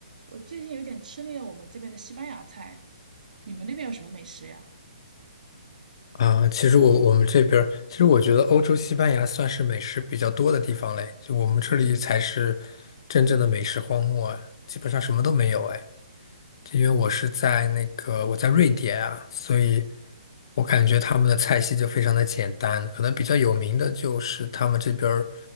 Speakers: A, on the right (about 70°); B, on the left (about 35°).
A: 我最近有点吃腻了我们这边的西班牙菜，你们那边有什么美食呀？
B: 啊，其实我我们这边儿，其实我觉得欧洲西班牙算是美食比较多的地方嘞，就我们这里才是真正的美食荒漠啊，基本上什么都没有哎。这因为我是在那个我在瑞典啊，所以我感觉他们的菜系就非常的简单，可能比较有名的就是他们这边儿